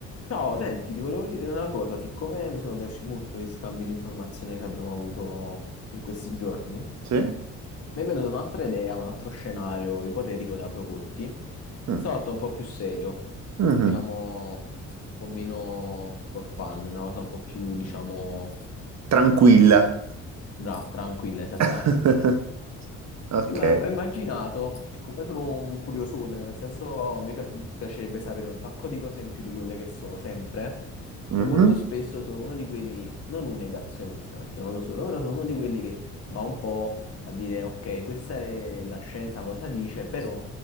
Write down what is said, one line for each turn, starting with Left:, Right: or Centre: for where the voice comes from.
Left: Ciao, senti, ti volevo chiedere una cosa, siccome mi sono piaciuti molto gli scambi di informazione che abbiamo avuto in questi giorni,
Right: Sì?
Left: mi è venuta un'altra idea, un altro scenario ipotetico da proporti,
Right: Mm.
Left: stavolta un po' più serio,
Right: Mhm.
Left: diciamo un po' meno for fun, una cosa un po' più, diciamo,
Right: Tranquilla.
Left: bra- tranquilla, esattamente.
Right: <laughs> Ok.
Left: E ma ho immaginato, siccome sono un curiosone, nel senso mi pi- piacerebbe sapere un sacco di cose in più di quelle che so sempre,
Right: Mhm.
Left: e molto spesso sono uno di quelli, non un negazionista perché non lo sono, però sono uno di quelli che va un po' a dire, ok, questa è la scienza cosa dice, però